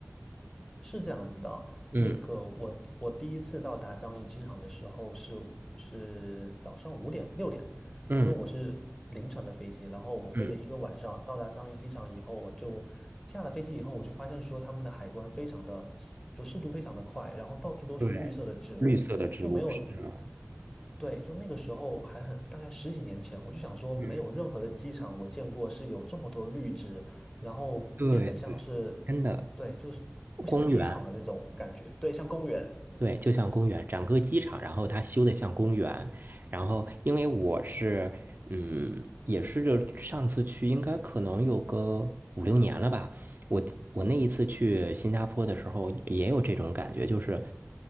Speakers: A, on the left; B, on the right.
A: 是这样子的，
B: 嗯
A: 那个我我第一次到达樟宜机场的时候是是早上五点六点，
B: 嗯，
A: 因为我是凌晨的飞机，然后我飞了一个晚上，
B: 嗯，
A: 到达樟宜机场以后，我就下了飞机以后，我就发现说他们的海关非常的就速度非常的快，然后到处都是绿色的植物，
B: 对，绿色的植物是啊，
A: 就没有对，就那个时候还很，大概十几年前，我就想说，没有任何的机场我见过是有这么多绿植，
B: 嗯
A: 然后变得像是，
B: 对对，真的
A: 对，就是不像机场的那种感觉，
B: 公园。
A: 对，像公园，
B: 对，就像公园，整个机场，然后它修的像公园。然后，因为我是，嗯，也是就上次去，应该可能有个五六年了吧。我我那一次去新加坡的时候，也有这种感觉，就是